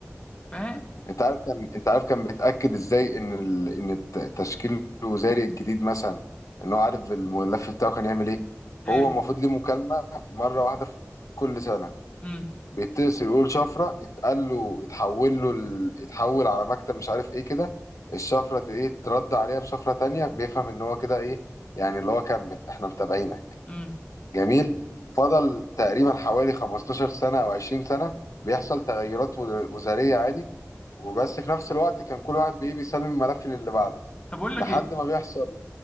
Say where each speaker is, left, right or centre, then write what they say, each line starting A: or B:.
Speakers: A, on the left; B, on the left.
A: فاهم
B: انت عارف كان انت عارف كان بيتاكد ازاي ان ال... ان الت- التشكيل الوزاري الجديد مثلا ان هو عارف الملف بتاعه كان يعمل ايه
A: ايه
B: هو المفروض ليه مكالمه مره واحده في كل سنه
A: امم
B: بيتصل يقول شفره اتقال له اتحول له ال... اتحول على مكتب مش عارف ايه كده الشفره ت- ايه ترد عليها بشفره تانية بيفهم ان هو كده ايه يعني اللي هو كمل احنا متابعينك
A: امم
B: جميل فضل تقريبا حوالي 15 سنة أو 20 سنة بيحصل تغيرات و- وزارية عادي وبس في نفس الوقت كان كل واحد بإيه بيسلم الملف للي بعده
A: طب اقول لك
B: لحد
A: ايه
B: ما بيحصل